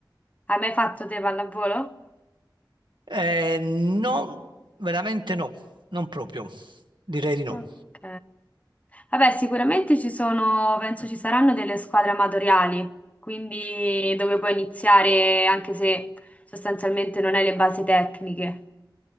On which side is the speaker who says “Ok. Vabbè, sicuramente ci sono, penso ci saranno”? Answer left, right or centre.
Left